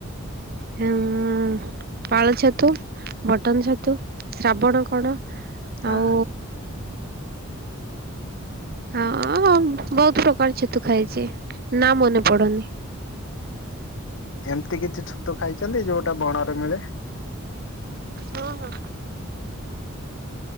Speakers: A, on the right; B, on the left.
A: ହେ ଉଁ ଉଁ ପାଳ ଛତୁ ବଟନ ଛତୁ ଶ୍ରାବଣ କଣ
B: ହଁ।
A: ଆଉ ହଁ ହଁ ବହୁତ ବହୁତ ପ୍ରକାର ଛତୁ ଖାଇଛି ନା ମନେ ପଡୁନି।
B: ଯେମିତି କିଛି ଛତୁ ଖାଇଛନ୍ତି ଯୋଉଟା ବଣରେ ମିଳେ?
A: ହଁ ହଁ।